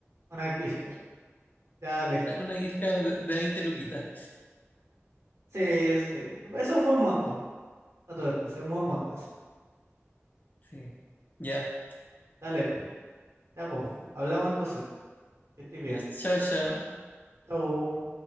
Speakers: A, on the right (about 75°); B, on the left (about 35°).
A: Una gift card. Ya, dale.
B: Sí, Una, una gift card de de 20 luquitas.
A: Sí, sí. Es un buen monto. A todo esto, sí, un buen monto ese.
B: Sí. Ya.
A: Dale, ya pues. Hablamos entonces. Que estés bien.
B: ya está bien
A: Chau.